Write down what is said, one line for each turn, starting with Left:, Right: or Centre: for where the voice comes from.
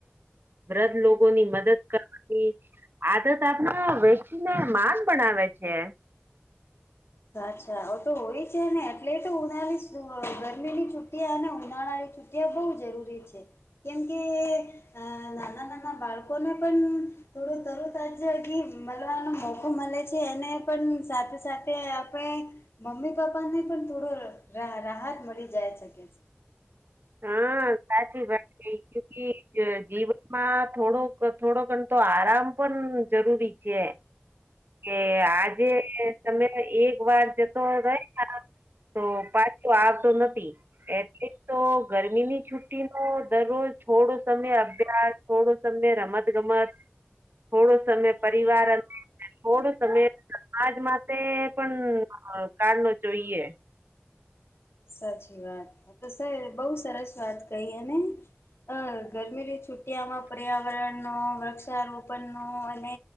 Right: વૃધ લોકો ની મદદ કરવાની આદત આપ વ માન બનાવે છે
Left: અચ્છા હ તો હોય છે ને એટલે તો ઉનાળી ગરમીની છુટ્ટી અનેને ઉનાળાની છ તે બહુ જરૂરી છે કેમ કે અ નાના નાના બાળકોને પણ થોડું તરુત જ મળવાનો મોકો મળે છે એને પણ સાથે સાથે આપણે મમ્મી પપ્પા ને પણ થોડો રાહત મળી જાય શકે છે
Right: હા સાચી ભાઈ જીવનમાં થોડોક થોડોકણ તો આરામ પણ જરૂરી કે કે આજે તમે એક વાર જતો રહી તો પાછું આવતો નથી એટલે તો ગરમીની છુ્ટી નો દરરોજ થોડો સમય અભ્યાસ થોડો સમય રમત ગમત થોડો સમય પરિવાર અંદર થોડો સમય સમાજ માટે પણ કાળ ન જોઈએ
Left: સાચી વાત તો સર બહુ સરસ વાત કહીએને અ ગરમીની છુટિયામાં પર્યાવરણ નો વૃક્ષારોપણ નો અને